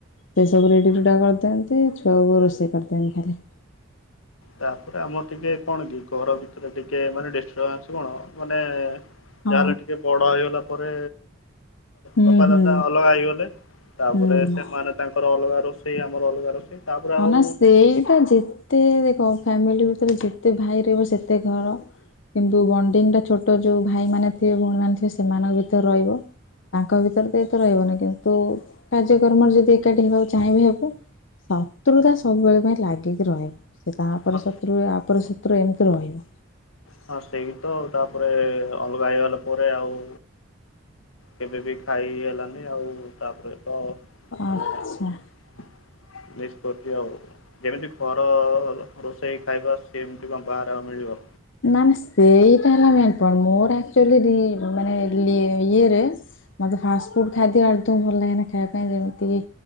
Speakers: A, on the left (about 65°); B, on the left (about 85°).
A: ସେସବୁ ରେଡ଼ି ରୁଡ଼ା କରିଥାିଅନ୍ତି ଛୁଆବୋଉ ରୋଷଇ କରିଥାଅନ୍ତି ଖାଲି
B: ତାପରେ ଆମର ଟିକେ କଣ କି ଘର ଭିତରେ ଟିକେ ମାନେ ଡିଷ୍ଟର୍ବାନ୍ସ କଣ ମାନେ?
A: ହଁ
B: ଯାହାହେଲେ ଟିକେ ବଡ ହେଇଗଲା ପରେ
A: ହୁଁ
B: ବାପା
A: ହୁଁ
B: ଦାଦା ଅଲଗା ହେଇଗଲେ ତାପରେ
A: ହୁଁ।
B: ସେମାନେ ତାଙ୍କର ଅଲଗା ରୋଷେଇ ଆମର ଅଲଗା ରୋଷେଇ। ତାପରେ
A: ହଁ
B: ଆଉ
A: ନା ସେଇଟା ଯେତେ ଫ୍ୟାମିଲି ହଉଥିଲା ଯେତେ ଭାଇ ରହିବ ସେତେ ଘର। କିନ୍ତୁ ବଣ୍ଡିଙ୍ଗ ଟା ଛୋଟ ଯୋଉ ଭାଇ ମାନେ ଥିବେ ଭଉଣୀ ମାନେ ଥିବେ ସେମାନଙ୍କ ଭିତରେ ରହିବ। ତାଙ୍କ ଭିତରେ ତ ଏତ ରହିବନି କିନ୍ତୁ କାର୍ଯ୍ୟକ୍ରମରେ ଯଦି ଏକାଠି ହେବାକୁ ଚାହିଁବେ ହେବେ। ହଁ। ଶତ୍ରୁତା ସବୁବେଳେ ପାଇଁ ଲାଗିକି ରହେ। ସେ ତାଉପରେ
B: ହଁ
A: ଶତ୍ରୁ ହୁଏ ଆ ଉପରେ ଶତ୍ରୁ ଏମିତି ରହିବ।
B: ହଁ ସେଇ ତ ଆଉ ତାପରେ ଅଲଗା ହେଇଗଲା ପରେ ଆଉ କେବେ ବି ଖାଇ ହେଲାନି ଆଉ ତାପରେ ତ ମାନେ
A: ଆଚ୍ଛା।
B: ହେଁ ମିସ୍ କରୁଚି ଆଉ ଯେମିତି ଘର ରୋଷେଇ ଖାଇବା ସେିମିତି କଣ ବାହାରେ ଆଉ ମିଳିବ?
A: ମାନେ ସେଇଟା ହେଲା ମେନ୍ ପଏଣ୍ଟ୍। ମୋର ଆକ୍ଚୁଆଲି ରି ମାନେ ଲି ଇଏରେ ମତେ ଫାଷ୍ଟଫୁଡ଼୍ ଖାଦ୍ୟ ଆର୍ଦୌ ଭଲ ଲାଗେନା ଖାଇବା ପାଇଁ ଯେମିତି